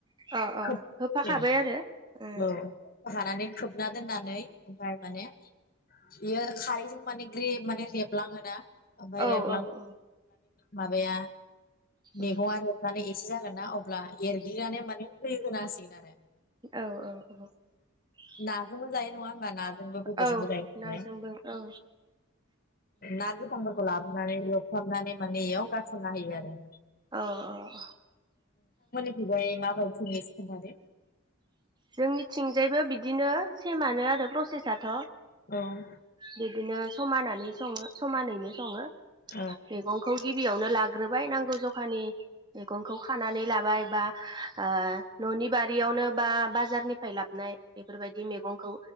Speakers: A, on the right (about 20°); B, on the left (about 45°).
A: अ अ
B: खोब
A: होफाखाबाय
B: होनो
A: आरो ओ
B: औ हानानै खोबना दोननानै ओमफाय माने बियो खारैजों माने जे माने रेबलाङोना ओमफ्राय
A: औ
B: रेबलां
A: औ औ
B: माबाया मेगंआ
A: उम
B: एसे जागोन ना अब्ला एरग्लिनानै माने <unintelligible> सिन आरो
A: औ औ औ
B: ना नाजोंबो जायो नङा होमबा नाजोंबो बेदरजोंबो
A: औ
B: जायो
A: नाजोंबो
B: नालाय।
A: औ
B: ना गोथांफोरखौ लाबोनानै एवफ्रावमनानै माने इयाव गारसनना होयो आरो।
A: अ औ
B: थिंजाय माबायदि सङो एसे खोनथादो।
A: जोंनिथिंजायबो बिदिनो सेमानो आरो प्रसेसाथ'
B: औ
A: बिदिनो समानानै सङो समानैनो सङो
B: औ
A: मैगंखौ गिबियावनो ला ग्रोबाय नांगौ जखानि मैगंखौ खानानै लाबो बाय बा ओ न'नि बारियावनो बा बाजारनिफ्राय लाबनाय बेफोरबायदि मैगंखौ